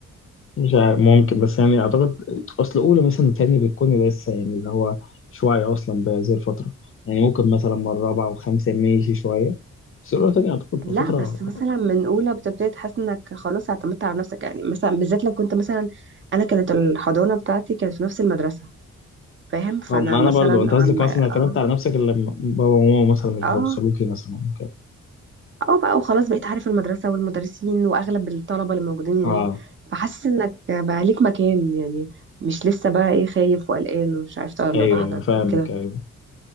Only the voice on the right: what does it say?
لا بس
مثلا من اولى بتبتدي تحس انك خلاص اعتمدت على نفسك يعني مثلا بالذات لو كنت مثلا انا كانت الحضانه بتاعتي كانت في نفس المدرسه فاهم فانا
مثلا
عم
اه
اه
اه بقى وخلاص بقيت عارف المدرسة والمدرسين وأغلب الطلبة اللي موجودين هناك
فحاسس إنك بقى ليك مكان يعني مش لسه بقى إيه خايف وقلقان ومش عارف تقعد
لوحدك
وكده